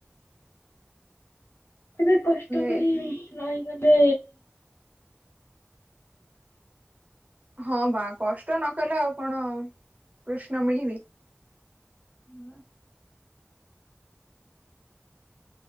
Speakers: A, on the left (about 85°); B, on the right (about 40°).
A: କେବେ କଷ୍ଟ କରି
B: ଏଇ
A: ରହିଗଲେ?
B: ହଁ ବା କଷ୍ଟ ନ କଲେ ଆଉ କଣ କୃଷ୍ଣ ମିଳିବି?
A: ହଁ